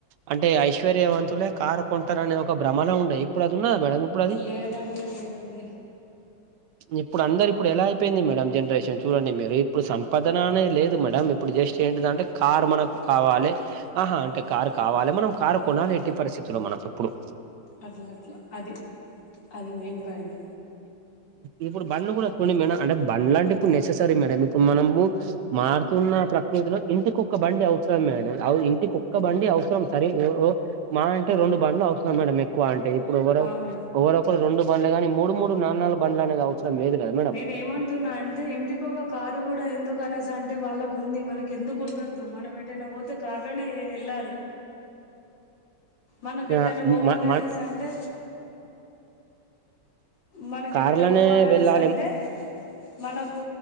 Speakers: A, on the right (about 75°); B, on the left (about 85°).
A: అంటే ఐశ్వర్యవంతులే కారు కొంటరు అనే ఒక భ్రమలో ఉండయి ఇప్పుడు అది ఉన్నద మేడం ఇప్పుడు అది
B: లేదండి లేదండి
A: ఇప్పుడు అందరు ఇప్పుడు ఎలా అయిపోయింది మేడం జనరేషన్ చూడండి మీరు ఇప్పుడు సంపాదన అనే లేదు మేడం ఇప్పుడు జస్ట్ ఏంటిదంటే కారు మనకు కావాలి ఆహా అంటే కారు కావాలి మనం కారు కొనాలి ఎట్టి పరిస్థితులు మనం ఇప్పుడు
B: అట్లా అట్లా అది అది మెయిన్ పాయింట్
A: ఇప్పుడు బండ్ కూడా కొని మేడం అంటే బండ్ లంటే ఇప్పుడు నెససరీ మేడం ఇప్పుడు మనము మారుతున్న ప్రకృతిలో ఇంటికొక్క బండి అవసరం మేడం అవి ఒక్క బండి అవసరం సరే ఎవరు మా అంటే రెండు బండ్లు అవసరం మేడం మీ ఎక్కువ అంటే ఇప్పుడు ఎవరో
B: అవును
A: ఎవరొకరు రెండు బండులు కానీ మూడు మూడు నాన్నాలుగు బండ్లు అనే అవసరం లేదు కదా మేడం
B: నేను ఏమంటున్నా అంటే ఇంటి ఎక్కువగా కారు కూడా ఎందుకు అనేసి అంటే వాళ్ళకు ఉంది మనకి ఎందుకు ఉండద్దు మనం ఏటైనా పోతే తే కారు లోనే వెళ్ళాలి మనకు ఎట్టైనా
A: ఆ
B: పోవాలి
A: మ మన
B: అనేసి అంటే మనకి
A: కార్లనే
B: ఎటైనా పోవాలనేసి
A: వెళ్ళాలి
B: అంటే మనకు